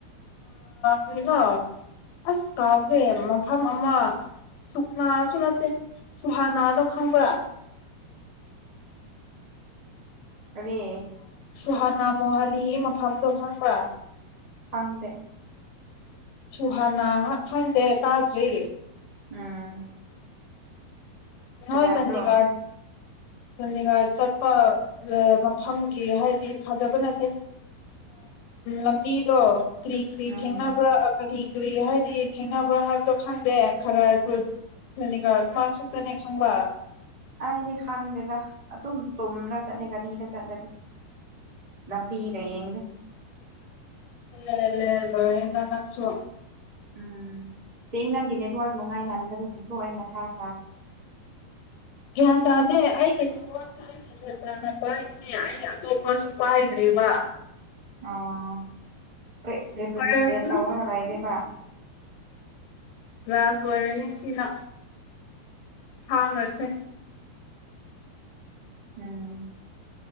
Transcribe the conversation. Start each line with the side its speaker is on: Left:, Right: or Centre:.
Left: ꯀꯩꯅꯣ ꯑꯁ ꯀꯥꯎꯈ꯭ꯔꯦ ꯃꯐꯝ ꯑꯃ ꯁꯨꯛꯅꯥꯁꯨ ꯅꯠꯇꯦ ꯁꯨꯍꯥꯅꯥꯗꯣ ꯈꯪꯕ꯭ꯔꯥ
Right: ꯀꯗ
Left: ꯁꯨꯍꯥꯅꯥ ꯃꯣꯍꯥꯂꯤ ꯃꯐꯝꯗꯣ ꯈꯪꯕ꯭ꯔꯥ
Right: ꯍꯪꯗꯦ
Left: ꯁꯨꯍꯥꯟꯅ ꯈꯪꯗꯦ ꯇꯥꯗ꯭ꯔꯤ
Right: ꯎꯝ
Left: ꯅꯣꯏꯣꯏ
Right: ꯐꯖꯕ꯭ꯔꯣ
Left: ꯆꯟꯗꯤꯒꯔ ꯆꯥꯟꯗꯤꯒꯔ ꯆꯠꯄ ꯃꯐꯝꯒꯤ ꯍꯥꯏꯗꯤ ꯐꯖꯕ ꯅꯠꯇꯦ ꯂꯝꯕꯤꯗꯣ ꯀꯨꯔꯤ ꯀ꯭ꯔꯤ
Right: ꯎꯝ
Left: ꯊꯦꯡꯅꯕ꯭ꯔꯥ ꯀꯔꯤ ꯀꯔꯤ ꯍꯥꯏꯗꯤ ꯊꯦꯡꯅꯕ꯭ꯔꯥ ꯍꯥꯏꯕꯗꯣ ꯈꯪꯗꯦ ꯈꯔꯔꯗꯨꯣꯅꯤꯒꯃꯥꯏ <unintelligible> ꯑꯗꯨꯅꯦꯛ ꯈꯪꯕ
Right: ꯑꯩꯗꯤ ꯈꯪꯗꯦꯗ ꯑꯗꯨꯝ ꯇꯨꯝ꯭ꯔꯥ ꯆꯠꯂꯦ ꯒꯥꯔꯤꯗ ꯆꯠꯂꯗꯤ ꯂꯝꯕꯤꯒ ꯌꯦꯡꯗꯦ
Left: <unintelligible>
Right: ꯎꯝ ꯆꯦꯡ ꯅꯪꯒꯤ ꯅꯦꯠꯋꯥꯔꯛ ꯅꯨꯡꯉꯥꯏ ꯃꯥꯟꯗꯕꯒꯤꯀꯣ ꯑꯩ ꯃꯊꯥ ꯁꯥꯔ
Left: ꯒ꯭ꯌꯥꯟ ꯇꯥꯗꯦ ꯑꯩꯒꯤ ꯅꯤꯉꯣꯜꯁꯨ ꯑꯩꯩꯅ ꯭ꯌꯥ ꯇꯥꯅ ꯄꯥꯏꯕꯅꯦ ꯑꯩ ꯑꯇꯣꯞꯄꯁꯨ ꯄꯥꯏꯗ꯭ꯔꯤꯕ
Right: ꯑꯣꯦ
Left: ꯑꯣꯏꯔꯁꯅꯨ
Right: ꯇꯥꯎꯔ ꯍꯂ ꯂꯩꯅꯦꯦꯕ
Left: ꯒꯥꯁ ꯑꯣꯏꯔꯅꯤ ꯁꯤꯅ ꯊꯥꯡꯉꯁꯦ
Right: ꯎꯝ